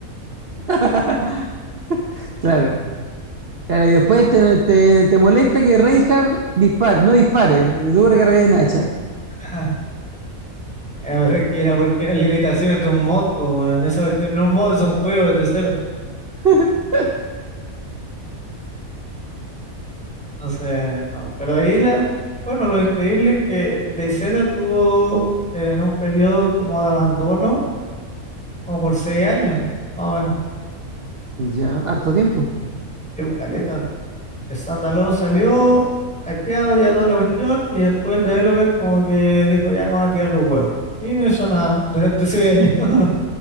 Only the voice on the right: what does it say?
<laughs> Claro. Claro, y después te, te, te molesta que Reinhardt dispare, no dispare, y tú recargas un hacha.
<laughs>
Ya, harto tiempo.